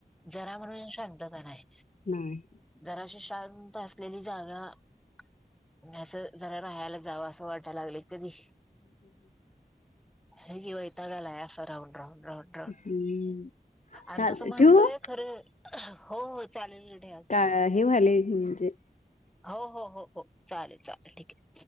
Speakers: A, in the centre; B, on the left.
A: जरा म्हणून शांतता नाही.
B: नाही
A: जराशी शांत असलेली जागा आणि असं. जरा राहायला जावं असं वाटायला लागलं कधी. होय की वैताग आलाय अस राहून राहून. राहून
B: हम्म.
A: आणि
B: चालतंय
A: तस म्हणतोय
B: ठेवू?
A: खरे हो चालेल्या ठे''-''
B: कानाजी वायले तुमचे.
A: हो हो हो हो, चालेल चालेल ठीक आहे.